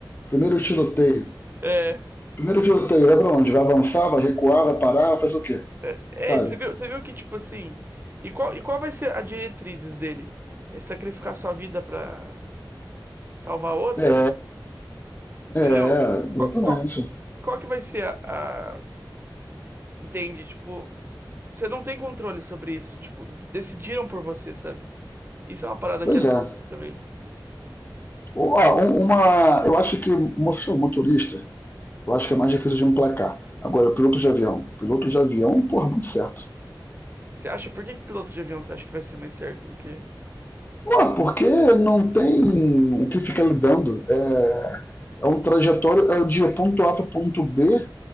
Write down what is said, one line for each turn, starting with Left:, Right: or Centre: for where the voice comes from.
Left: Primeiro tiroteio.
Right: É,
Left: Primeiro tiroteio, vai pra onde? Vai avançar, vai recuar, vai parar, vai fazer o quê?
Right: é,
Left: Sabe?
Right: é, você viu, você viu que, tipo assim. E qual, e qual vai ser a diretrizes dele? É sacrificar sua vida pra salvar outra?
Left: É,
Right: Entendeu?
Left: é, exatamente.
Right: Qual, qual, qual que vai ser a, a- Entende? Tipo, você não tem controle sobre isso. Tipo, decidiram por você, sabe? Isso é uma parada
Left: Pois
Right: que assusta
Left: é.
Right: também.
Left: Ó, um- uma, eu acho que mostrou motorista, eu acho que é mais difícil de emplacar. Agora, piloto de avião. Piloto de avião, porra, muito certo.
Right: Você acha, por que que piloto de avião você acha que vai ser mais certo do que.
Left: Pô, porque não tem o que ficar lidando. É, é um trajetório é de ponto A para ponto B